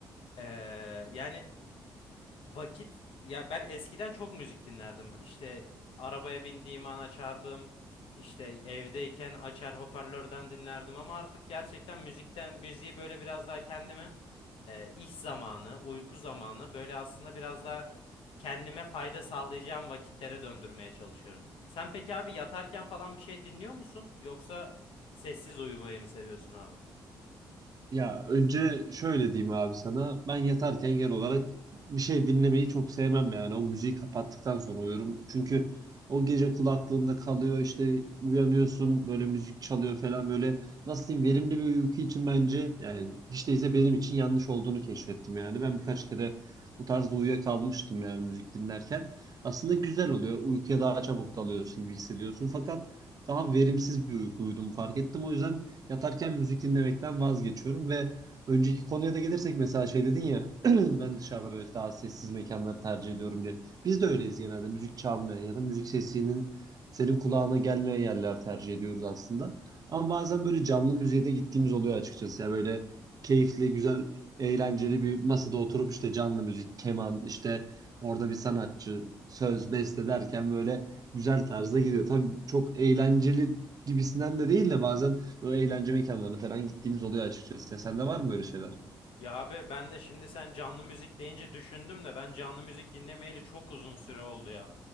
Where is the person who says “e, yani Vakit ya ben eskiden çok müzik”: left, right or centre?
Left